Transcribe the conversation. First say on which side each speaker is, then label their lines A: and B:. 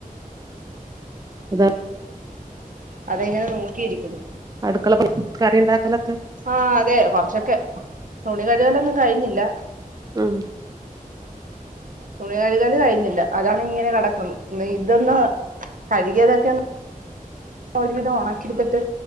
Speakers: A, on the right; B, on the right.
A: അതാ
B: അതാ ഇങ്ങനെ നോക്കി ഇരിക്യിന്ന്
A: അട്ക്കള പ കറി ഇണ്ടാക്കലൊക്കെ
B: ആഹ് അതെ കൊറച്ചൊക്കെ തുണി കഴുകലൊന്നും കഴിഞ്ഞില്ല
A: ഉം
B: തുണി കഴുകല് കഴിഞ്ഞില്ല അതാണ് ഇങ്ങനെ കെടക്ക്‌ന്ന് ന്ന ഇതൊന്ന് കഴുകിയതൊക്കെ ഒന്ന് ഒരുവിധം ഒണക്കിട്ത്ത്ട്ട്